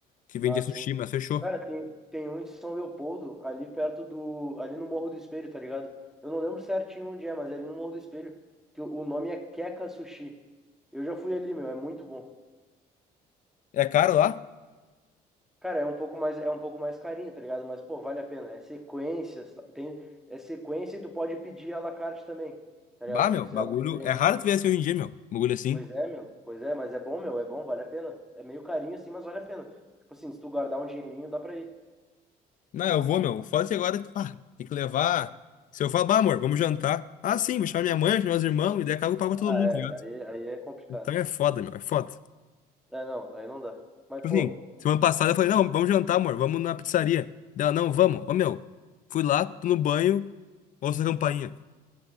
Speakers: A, on the left; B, in the centre.
A: que vendia
B: Ah, sim.
A: sushi, mas fechou.
B: Cara, tem, tem um em São Leopoldo, ali perto do. Ali no Morro do Espelho, tá ligado? Eu não lembro certinho onde é, mas é ali no Morro do Espelho. Que o, o nome é Keka Sushi. Eu já fui ali, meu, é muito bom.
A: É caro lá?
B: Cara, é um pouco mais, é um pouco mais carinho, tá ligado? Mas, pô, vale a pena. É sequência, sa- tem, é sequência e tu pode pedir à la carte também, tá
A: Bah,
B: ligado? Se
A: meu,
B: tu quiser
A: bagulho.
B: algo diferente.
A: É raro tu ver assim hoje em dia, meu. Bagulho assim.
B: Pois é, meu. Pois é, mas é bom, meu. É bom, vale a pena. É meio carinho assim, mas vale a pena. Tipo assim, se tu guardar um dinheirinho, dá pra ir.
A: Não, eu vou, meu. Foda-se agora, pá, tem que levar. Se eu falar, bah, amor, vamos jantar. Ah, sim, vou chamar minha mãe, vou chamar meus irmãos, e daí acaba eu pago pra todo
B: Ah,
A: mundo,
B: é.
A: tá ligado?
B: Aí, aí é complicado.
A: Então é foda, meu, é foda.
B: É, não, aí não dá. Mas,
A: Tipo
B: pô,
A: assim, semana passada eu falei, não, vamos jantar, amor, vamos na pizzaria. Dela, não, vamos. Ô, meu, fui lá, tô no banho, ouço a campainha.